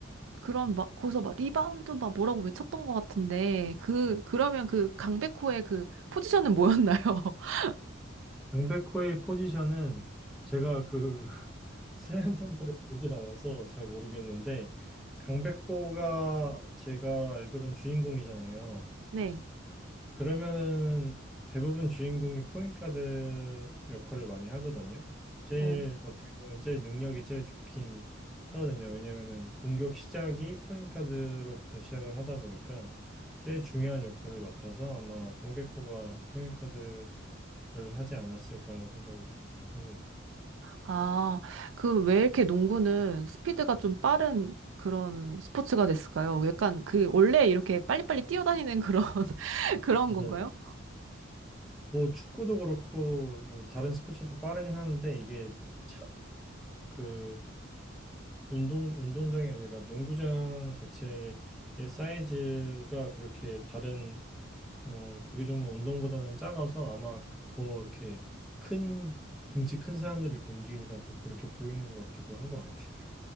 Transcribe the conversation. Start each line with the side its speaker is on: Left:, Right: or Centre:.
Right: 그런 막 거기서 막 리바운드 막 뭐라고 외쳤던 것 같은데 그 그러면 그 강백호의 그 포지션은 뭐였나요? <laughs>
Centre: 강백호의 포지션은 제가 그 <laughs> 슬램덩크를 보질 않아서 잘 모르겠는데 강백호가 제가 알기로는 주인공이잖아요.
Right: 네.
Centre: 그러면은 대부분 주인공이 포인트가드 역할을 많이 하거든요. 제일
Right: 어.
Centre: 어떻게 보면 제일 능력이 제일 좋긴 하거든요. 왜냐면은 공격 시작이 포인트가드로부터 시작을 하다 보니까 제일 중요한 역할을 맡아서 아마 강백호가 포인트가드를 하지 않았을까라는 생각을 합니다.
Right: 아, 그 왜 이렇게 농구는 스피드가 좀 빠른 그런 스포츠가 됐을까요? 약간 그 원래 이렇게 빨리빨리 뛰어다니는 그런 <laughs> 그런
Centre: 네.
Right: 건가요?
Centre: 뭐 축구도 그렇고 뭐 다른 스포츠도 빠르긴 하는데 이게 차, 그 운동, 운동장이 아니라 농구장 자체의 사이즈가 그렇게 다른 어, 구기 종목 운동보다는 작아서 아마 더 이렇게 큰 등치 큰 사람들이 이렇게 움직이니까 더 그렇게 보이는 것 같기도 한 것 같아요.